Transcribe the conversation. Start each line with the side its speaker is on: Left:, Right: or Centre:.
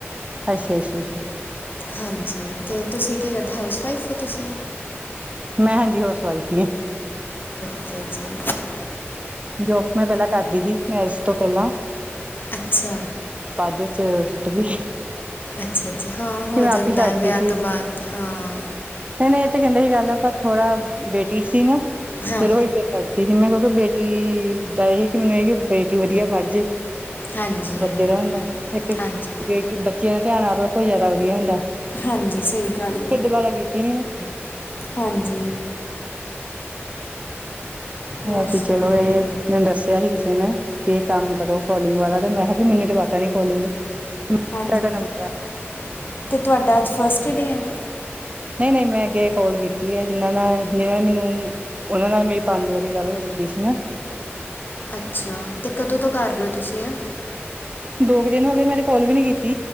Right: ਅੱਛਾ ਅੱਛਾ ਅੱਛਾ
Left: ਹਾਂਜੀ ਅਤੇ ਤੁਸੀਂ ਕੀ ਕਰਦੇ ਹਾਊਸਵਾਾਈਫ ਹੋ ਤੁਸੀਂ
Right: ਮੈਂ ਹਾਂਜੀ ਹਾਊਸ ਵਾਈਫ ਹੀ ਹ
Left: ਜਚੀ
Right: ਜੋਬ ਮੈਂ ਪਹਿਲਾਂ ਕਰਦੀ ਸੀ ਮੈਰਿਜ ਤੋਂ ਪਹਿਲਾਂ
Left: ਅੱਛਾ
Right: ਬਾਅਦ ਵਿੱਚ ਸੁੱਟ ਗਈ
Left: ਅੱਛਾ ਅੱਛੀ ਹਾਂ ਹੋ
Right: ਕਿ ਮੈਂ ਆਪ
Left: ਜਾਂਦਾ
Right: ਹੀ ਛੱਡਤੀ
Left: ਵਿਆਹ
Right: ਸੀ
Left: ਤੋਂ ਬਾਅਦ ਹਾਂ
Right: ਨਹੀਂ ਨਹੀਂ ਇਹ ਤੇ ਕਹਿੰਦੇ ਹੀ ਗੱਲ ਆ ਪਰ ਥੋੜਾ ਬੇਟੀ ਸੀ ਨਾ
Left: ਹਾਂ
Right: ਜਦੋਂਹੀ ਫ ਪੜਦੀ ਸੀ ਮੈਂ ਕਿਉਂਕਿ ਬੇਟੀ ਦਾ ਇਹ ਕਿ ਮੈਨੂੰ ਇਹ ਕਿ ਬੇਟੀ ਵਧੀਆ ਪੜ੍ਹ ਜੇ
Left: ਹਾਂਜੀ
Right: ਬੱਚੇ ਦਾ ਹੁੰਦਾ ਇੱਕ
Left: ਹਾਂਜੀ
Right: ਬੱਚਿਆਂ ਦਾ ਧਿਆਨ ਆਪ ਰੱਖੋ, ਜ਼ਿਆਦਾ ਵਧੀਆ ਹੁੰਦਾ।
Left: ਹਾਂਜੀ ਸਹੀ ਗੱਲ ਹੈ
Right: ਫਿਰ ਦੁਬਾਰਾ ਕੀਤੀ ਨੀ ਮੈਂ,
Left: ਹਾਂਜੀ, ਹੋਰ
Right: ਹੈ ਵੀ
Left: ਸੁਣਾਓ
Right: ਚਲੋ ਇਹ ਮੈਨੂੰ ਦੱਸਿਆ ਹੀ ਕਿਸੇ ਨੇ, ਇਹ ਕੰਮ ਕਰੋ ਕੋਾਲਿੰਗ ਵਾਲਾ ਤੇ ਮੈਂ ਕਿਹਾਗੀ ਮੈਨੂੰ ਤੇ ਪਤਾ ਨੀ ਕੋਲਿੰਗ,
Left: ਹਾਂਜੀ
Right: ਤੁਹਾਡਾ ਨੰਬਰ ਆ
Left: ਅਤੇ ਤੁਹਾਡਾ ਅੱਜ ਫਸਟ ਡੇ ਹੈ,
Right: ਨਹੀਂ ਨਹੀਂ ਮੈਂ ਅੱਗੇ ਕੋਾਲ ਕੀਤੀ ਹੈ ਜਿੰਨਾਂ ਨਾਲ ਜਿਹਨਾਂ ਨੇ ਮੈਨੂੰ ਉਹਨਾਂ ਨਾਲ ਮੇਰੀ ਪੰਜ ਵਾਰੀ ਗੱਲ ਹੋ ਚੁੱਕੀ ਸੀ ਨਾ,
Left: ਅੱਛਾ ਅਤੇ ਕਦੋਂ ਤੋਂ ਕਰ ਰਹੇ ਹੋ ਤੁਸੀਂ ਹੈ।
Right: ਦੋ ਕੁ ਦਿਨ ਹੋ ਗਏ ਮੇਰੇ ਕੋਲ ਵੀ ਨੀ ਕੀਤੀ